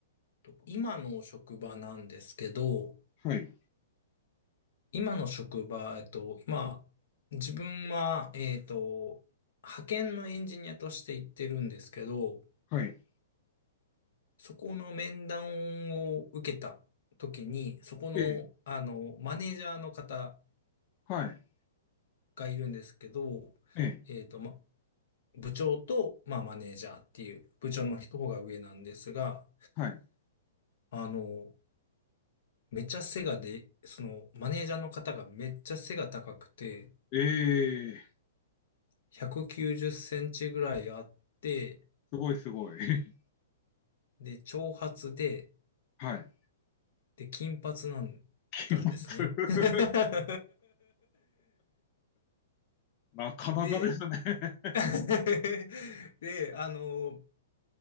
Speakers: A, on the left; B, on the left.
A: と今の職場なんですけど、
B: はい、
A: 今の職場、えっと、まあ、自分は、えっと、派遣のエンジニアとして行ってるんですけど、
B: はい、
A: そこの面談を受けた時に、そこの、
B: ええ、
A: あの、マネージャーの方
B: はい、
A: がいるんですけど、
B: ええ、
A: えっと、ま部長と、まあ、マネージャーっていう部長の人が上なんですが、
B: はい。
A: あの、めっちゃ背がで、その、マネージャーの方がめっちゃ背が高くて、
B: ええ、
A: 190センチぐらいあって、
B: すごいすごい。<laughs>
A: で、長髪で、
B: はい、
A: で、金髪なんだんですね。
B: 金髪。
A: <laughs>
B: なかなかですね。
A: で、
B: <laughs>
A: <laughs> で、あの、